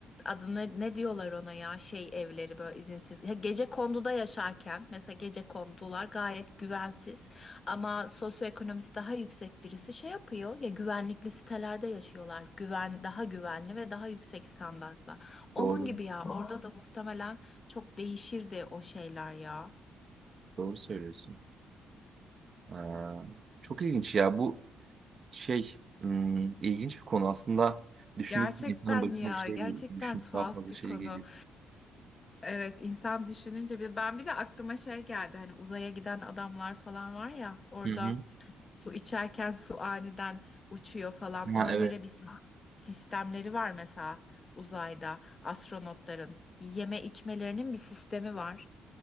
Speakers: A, on the left (about 35°); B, on the right (about 45°).
A: adını ne diyorlar ona ya şey evleri böyle izinsiz Ya gece konduda yaşarken mesela gece kondular gayet güvensiz ama sosyoekonomisi daha yüksek birisi şey yapıyor ya güvenlikli sitelerde yaşıyorlar güven daha güvenli ve daha yüksek standartta onun
B: doğru.
A: gibi ya orada da muhtemelen çok değişirdi o şeyler ya.
B: Doğru söylüyorsun. Aa, çok ilginç ya. Bu Şey, hmm, ilginç bir konu aslında. Düşündük
A: Gerçekten
B: insanın başına
A: ya,
B: bir şey
A: gerçekten
B: geliyor. Düşünüp
A: tuhaf
B: daha fazla
A: bir
B: şey
A: konu.
B: geliyor.
A: Evet insan düşününce bir ben bir de aklıma şey geldi hani uzaya giden adamlar falan var ya orada
B: Hı hı.
A: su içerken su aniden uçuyor falan ona
B: Ha, evet.
A: göre bir sis- sistemleri var mesela uzayda astronotların yeme içmelerinin bir sistemi var.